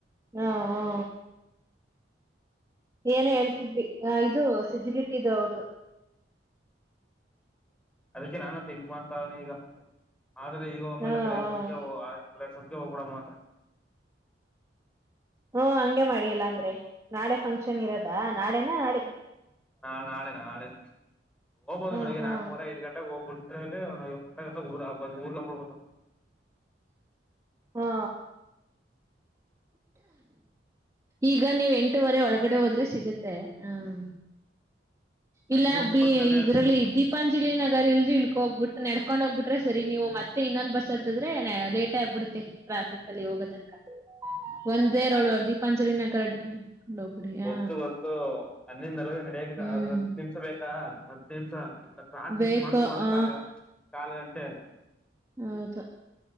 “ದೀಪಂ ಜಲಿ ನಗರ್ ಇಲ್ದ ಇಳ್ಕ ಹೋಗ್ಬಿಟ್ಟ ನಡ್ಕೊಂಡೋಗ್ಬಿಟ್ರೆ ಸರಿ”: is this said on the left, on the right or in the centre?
Right